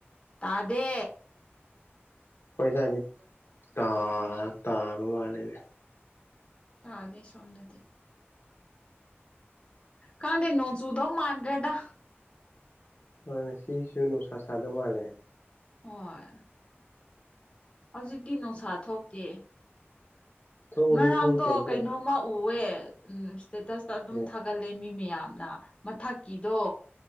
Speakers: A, on the left; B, on the left.
A: ꯇꯥꯗꯦ
B: ꯑꯩꯈꯣꯏ ꯁꯥꯏꯗꯤ ꯇꯥ ꯇꯥꯕ ꯃꯥꯜꯂꯤꯅꯦ
A: ꯇꯥꯗꯦ ꯁꯣꯝꯗꯗꯤ ꯈꯪꯗꯦ ꯅꫭꯡ ꯆꯨꯗꯧ ꯃꯥꯥꯟꯅꯗꯔꯦꯗ
B: ꯍꯣꯏ ꯉꯁꯤꯁꯨ ꯅꯨꯡꯁꯥ ꯁꯥꯗꯧ ꯃꯥꯜꯂꯦ
A: ꯍꯣꯏ ꯍꯧꯖꯤꯛꯇꯤ ꯅꯨꯡꯁꯥ ꯊꯣꯛ ꯇꯦ
B: ꯊꯣꯛꯄꯗꯤ
A: ꯉꯔꯥꯡꯗꯣ
B: ꯊꯣꯛꯇꯦ ꯑꯗꯣ
A: ꯀꯩꯅꯣꯝꯃ ꯎꯋꯦ ꯎꯝ ꯏꯁ꯭ꯇꯦꯇꯁꯇ ꯑꯗꯨꯝ
B: ꯍꯣꯏ
A: ꯊꯥꯒꯠꯂꯦ ꯃꯤ ꯃꯌꯥꯝꯅ ꯃꯊꯛꯀꯤꯗꯣ